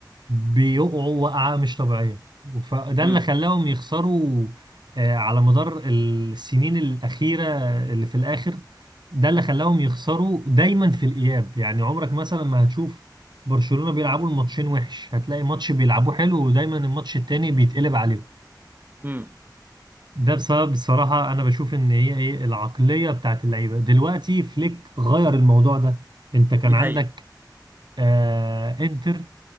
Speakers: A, on the right (about 70°); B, on the right (about 25°).
A: بيقعوا وقعة مش طبيعية فده
B: امم
A: اللي خلاهم يخسروا آه، على مدار السنين الأخيرة اللي في الآخر ده اللي خلاهم يخسروا دايما في الإياب يعني عمرك مثلا ما هتشوف برشلونة بيلعبوا الماتشين وحش هتلاقي ماتش بيلعبوه حلو ودايما الماتش التاني بيتقلب عليهم
B: امم
A: ده بسبب الصراحة أنا بشوف إن هي إيه العقلية بتاعت اللعيبة دلوقتي فليك غير الموضوع ده أنت كان
B: دي
A: عندك
B: حقيقة
A: آه إنتر